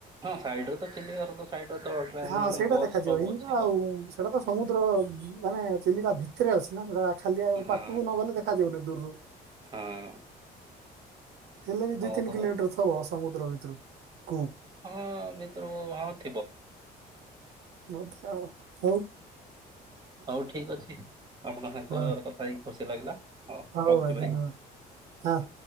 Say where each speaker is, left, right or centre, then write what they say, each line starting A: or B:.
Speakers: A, on the right; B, on the right.
A: ହଁ ସାଇଡରେ ତ ଚିଲିକା ହ୍ରଦ ସାଇଡର ତ ଟ୍ରେନ
B: ହଁ ସେଇଟା
A: ବସ୍
B: ଦେଖାଯିବ
A: ସବୁ
B: ଇନ
A: ଅଛି
B: ଆଉ ସେଇଟା ତ ସମୁଦ୍ର ମାନେ ଚିଲିକା ଭିତରେ ଅଛି ନା ସେଇଟା ଖାଲି ଆ
A: ହଁ
B: ପାଖକୁ ନଗଲେ ଦେଖା ଦେଖା ଯିବନି ଦୂରରୁ
A: ହଁ।
B: ହେଲେ ଏଇ ଦିଇ
A: ହଉ
B: ତିନି କିଲୋମିଟର
A: ହଉ
B: ଥିବ ସମୁଦ୍ର ଭିତରୁ କୁ
A: ହଁ ଭିତରକୁ ହଁ ଥିବ।
B: <unintelligible> ହଉ।
A: ହଉ ଠିକ ଅଛି ଆପଣଙ୍କ
B: ହଁ।
A: ସାଙ୍କ କଥା ହେଇ ଖୁସି ଲାଗିଲା। ହଁ
B: ହଉ
A: ରଖୁଛି
B: ଭାଇ
A: ଭାଇ।
B: ଧନ୍ୟବାଦ ହଁ